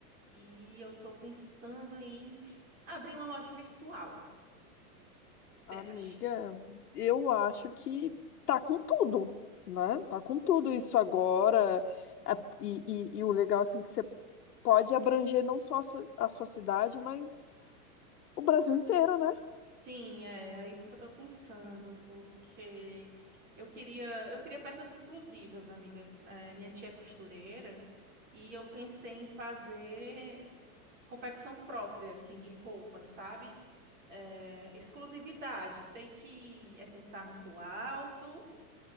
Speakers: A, on the right (about 20°); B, on the left (about 80°).
A: e eu tô pensando em abrir uma loja virtual. Você
B: Amiga,
A: acha?
B: eu acho que tá com tudo, né? Tá com tudo isso agora. A- E, e, e o legal, assim, que você pode abranger não só a su- a sua cidade, mas o Brasil inteiro, né?
A: Sim, é, é isso que eu tô pensando, porque eu queria, eu queria peças exclusivas, amiga. É, minha tia é costureira. E eu pensei em fazer confecção própria, assim, de roupas, sabe? É, exclusividade. Sei que é pensar muito alto,